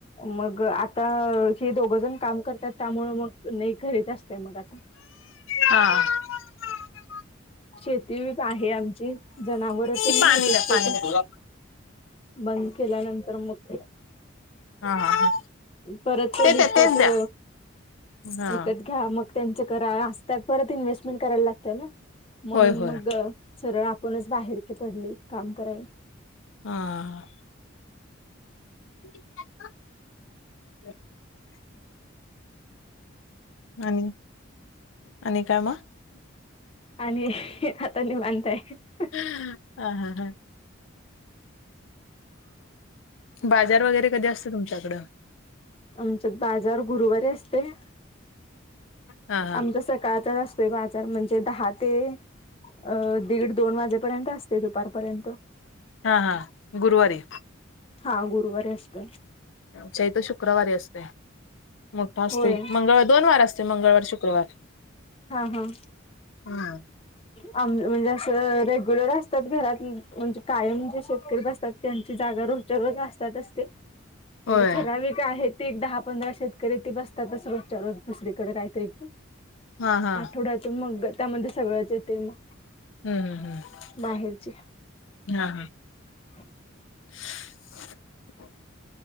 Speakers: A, on the left; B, on the left.
A: मग आता हे दोघ जण काम करतात. त्यामुळे मग नाही घरीच असत तीया मग आता
B: हा <inaudible>
A: शेती आहे आमची, जनावर
B: ती
A: तेन
B: पाणी
A: होतीत
B: द्या
A: ते
B: पाणी
A: कस
B: द्या
A: बंद केल्यानंतर मग ते
B: हा हा हा
A: परत ते विकते.
B: त्या तेच द्या हा
A: विकत घ्या मग त्यांचं करा असतात परत इन्व्हेस्टमेंट करायला लागतं ना, म्हणून
B: होय होय
A: मग सरळ आपणच बाहेर ती पडली काम करायला.
B: हा <inaudible> आणि आणि काय म
A: आणि आता निवांत हाय,
B: ह ह हा बाजार वगैरे कधी असतोय. तुमच्याकडं
A: आमच्यात बाजार गुरुवारी असतय.
B: हा हा
A: आमच्यासाठी काळातच असतोय बाजार म्हणजे दहा ते अ दीड दोन वाजेपर्यंत असतोय. दुपारपर्यंत
B: हा हा गुरुवारी
A: हा गुरुवारी असत.
B: आमच्या इथे शुक्रवारी असतय. मोठा असतोय
A: होय
B: मंगळवार दोन वार असते मंगळवार शुक्रवार
A: हा हा.
B: हा.
A: म्हणजे असं रेग्युलर असतात घरात म्हणजे कायम जे शेतकरी बसतात त्यांची जागा रोज रोज असतात असते
B: होय
A: म्हणजे ठराविक आहेत ते एक दहा पंधरा शेत. ती बसतातच रोजच्या रोज दुसरीकडे काहीतरी घेऊन
B: हा हा
A: आठवड्यातून मग त्यामध्ये सगळंच येते मग.
B: हम्म हम्म हम्म
A: बाहेरची
B: हा हा
A: <unintelligible>
B: <unintelligible>